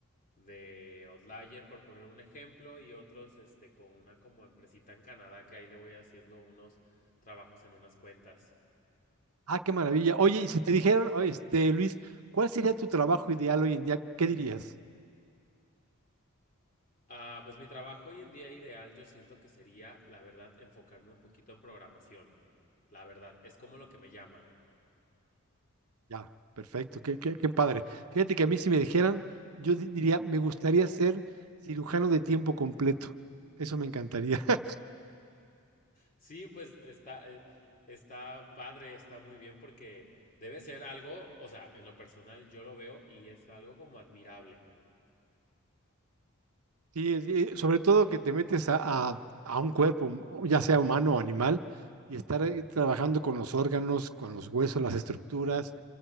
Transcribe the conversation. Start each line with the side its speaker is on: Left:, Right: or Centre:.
Left: de Outlier, por poner un ejemplo, y otros este, con una como empresita en Canadá que ahí le voy haciendo unos trabajos en unas cuentas.
Right: Ah, qué maravilla. Oye, y si te dijeran, oh, este, Luis, ¿cuál sería tu trabajo ideal hoy en día? ¿Qué dirías?
Left: Ah, pues mi trabajo hoy en día ideal yo siento que sería, la verdad, enfocarme un poquito en programación. La verdad, es como lo que me llama.
Right: Ya, perfecto, qué, qué, qué padre. Fíjate que a mí si me dijeran, yo di- diría, me gustaría ser cirujano de tiempo completo. Eso me encantaría. <laughs>
Left: Sí, pues está, eh, está padre, está muy bien porque debe ser algo, o sea, en lo personal yo lo veo y es algo como admirable.
Right: Sí, es- eh, sobre todo que te metes a, a- a un cuerpo, um, o ya sea humano o animal, y estar eh, trabajando con los órganos, con los huesos, las estructuras,